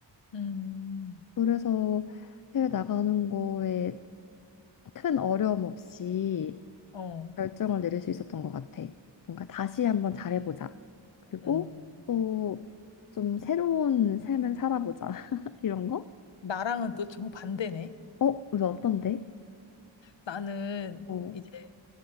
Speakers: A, on the left; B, on the left.
A: 음.
B: 그래서 해외 나가는 거에 큰 어려움 없이
A: 어.
B: 결정을 내릴 수 있었던 것 같아. 뭔가 다시 한번 잘해보자. 그리고
A: 음.
B: 또 좀 새로운 삶을 살아보자. <laughs> 이런 거?
A: 나랑은 또 정반대네.
B: 어? 왜 어떤데?
A: 나는
B: 어.
A: 이제